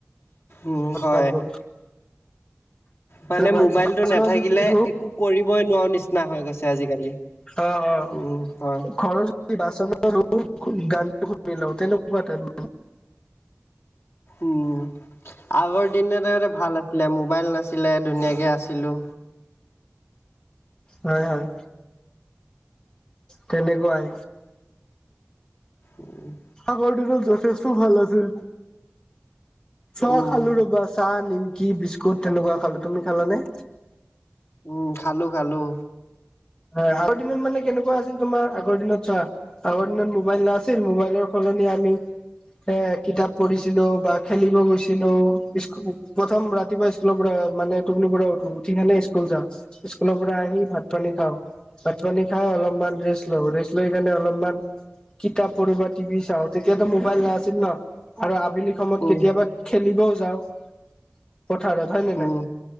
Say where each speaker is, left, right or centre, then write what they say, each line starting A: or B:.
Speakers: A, on the left (about 70°); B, on the left (about 20°).
A: উম হয়
B: কাম কৰো।
A: মানে
B: বাচনো
A: মোবাইলতো নাথাকিলে
B: যদি ধো
A: একো কৰিবই নোৱাৰো নিচিনা হৈ গৈছে আজি-কালি
B: অ অ
A: উম হয়
B: ঘৰত বাচন <unintelligible> গান শুনি লও তেনেকুৱা টাইপৰ
A: উম আগৰ দিনতে ভাল আছিলে মোবাইল নাছিলে ধুনীয়াকে আছিলো।
B: হয় হয় তেনেকুৱাই।
A: উম
B: আগৰ দিনত যথেষ্ট ভাল আছিল চাহ
A: উম,
B: খালো ৰবা। চা নিমকি বিস্কুট তেনেকুৱা খালো তুমি খালানে
A: উম খালো খালো।
B: হয় আগৰ দিনত মানে কেনেকুৱা আছিল তোমাৰ আগৰ দিনত চোৱা আগৰ দিনত মোবাইল নাছিল মোবাইলৰ সলনি আমি এ কিতাপ পঢ়িছিলো বা খেলিব গৈছিলো স্কুল প্ৰথম ৰাতিপুৱা স্কুলৰ পৰা মানে টোপনিৰ পৰা উঠো উঠি কিনে স্কুল যা স্কুল পৰা আহি ভাত পানী খাওঁ। ভাত পানী খাওঁ অলপমান ৰেষ্ট লওঁ ৰেষ্ট লৈ কেনে অলপমান কিতাপ পঢ়ো বা টিভি চাওঁ তেতিয়াতো মোবাইল নাছিল ন আৰু আবেলি সমত
A: উম,
B: কেতিয়াবা খেলিবও যাওঁ। পথাৰত হয় নে
A: উম,
B: নাই